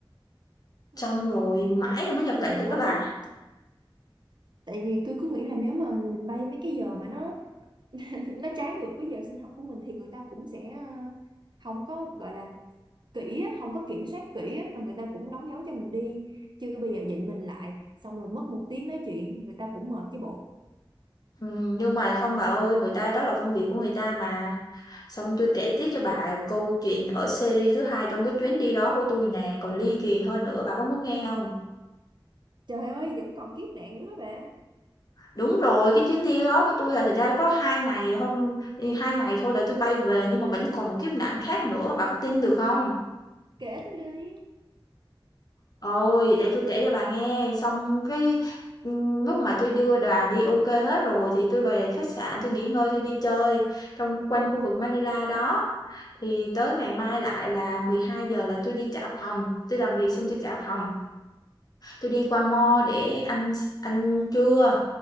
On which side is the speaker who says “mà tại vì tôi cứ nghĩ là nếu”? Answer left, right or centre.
Right